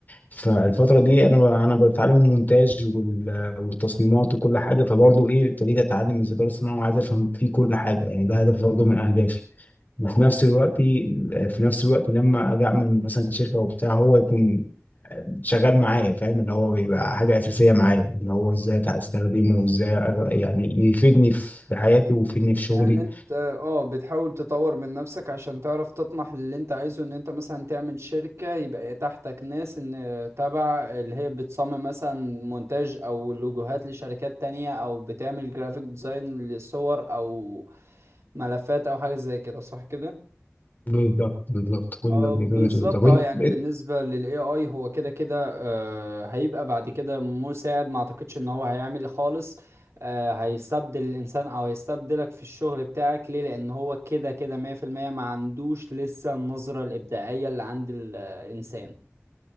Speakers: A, on the left; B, on the right.
A: فالفتره دي انا انا بتعلم المونتاج وال- والتصميمات وكل حاجه فبرضه ايه ابتديت اتعلم الذكاء الاصطناعي وعايز افهم فيه كل حاجه يعني ده هدف برضه من اهدافي وفي نفس الوقت في نفس الوقت لما اجي اعمل مثلا شركه وبتاع هو يكون شغال معايا فاهم اللي هو بيبقى حاجه اساسيه معايا اللي هو ازاي استخدمه وازاي أغ- يعني يفيدني في حياتي ويفيدني في شغلي
B: يعني انت اه بتحاول تطور من نفسك عشان تعرف تطمح للي انت عايزه ان انت مثلا تعمل شركة يبقى تحتك ناس ان تبع اللي هي بتصمم مثلا مونتاج او لوجوهات لشركات تانية او بتعمل جرافيك ديزاين لصور او ملفات او حاجة زي كده صح كده
A: بالظبط بالظبط كل
B: اه
A: اللي
B: بالظبط
A: كل اللي بتقوله ده.
B: اه يعني بالنسبة
A: وإنت-
B: لل AI هو كده كده آه هيبقى بعد كده مساعد ما اعتقدش ان هو هيعمل خالص آه هيستبدل الانسان او هيستبدلك في الشغل بتاعك ليه لان هو كده كده 100% ما عندوش لسه النظرة الابداعية اللي عند الانسان